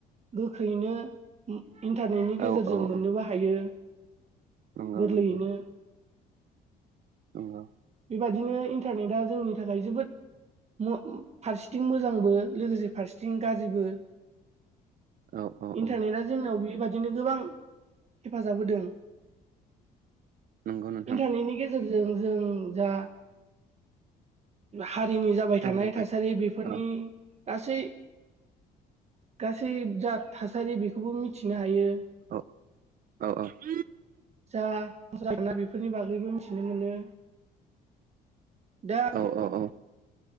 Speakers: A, on the right; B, on the right.
A: गोख्रैयैनो इन्टारनेटनि गेजेरजों
B: औ औ
A: मोननोबो
B: औ
A: हायो
B: नंगौ
A: गोरलैयैनो
B: नंगौ नंगौ
A: बेबादिनो इन्टारनेटआ जोंनि थाखाय जोबोद म फारसेथिं मोजांबो लोगोसे फारसेथिं गाज्रिबो
B: औ औ
A: इन्टारनेटआ
B: औ
A: जोंनाव बेबादिनो गोबां हेफाजाब होदों
B: नंगौ नोंथां
A: इन्टारनेटनि गेजेरजों जों जा हारिनि जाबाय
B: सावरायबाय
A: थानाय थासारि बि फोरनि
B: औ
A: गासै गासै जा थासारि बेखौबो मिथिनो हायो
B: औ औ औ
A: जा <unintelligible> मोना बेफोरनि बागैबो मिथिनो मोनो दा
B: औ औ औ